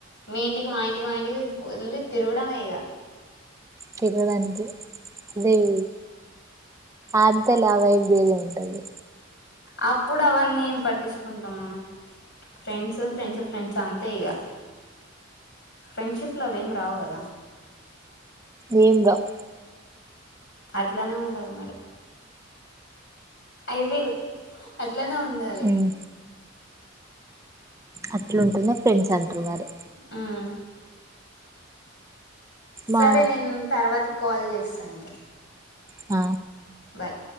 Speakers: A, on the left (about 60°); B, on the right (about 15°).
A: మీ ఇంటికి మా ఇంటికి మా ఇంటికి వెళ్లి తిరగడమే ఇగ
B: తిరగడానికి అదేం ఆద్దెలావైబేది ఉంటది.
A: అప్పుడు అవన్నీ ఏం పట్టించుకుంటం మనం ఫ్రెండ్స్ ఫ్రెండ్స్ ఫ్రెండ్స్ అంతే ఇగ. ఫ్రెండ్షిప్ లో అవేం రావు గదా
B: ఏం రావు
A: అట్లనే ఉండాలె మరి, ఐ విల్ అట్ లనే ఉండాలి.
B: ఉమ్ అట్లుంటనే ఫ్రెండ్స్ అంటరు మరి.
A: మ్ సరే
B: మా
A: నిన్ తర్వాతకి కాల్ చేస్తా నీకు.
B: ఆ
A: బాయ్